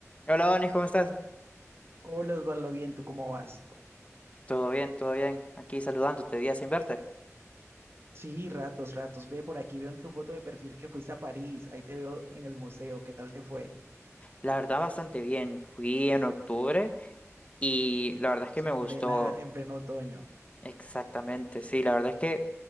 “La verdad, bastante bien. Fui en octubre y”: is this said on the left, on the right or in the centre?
Left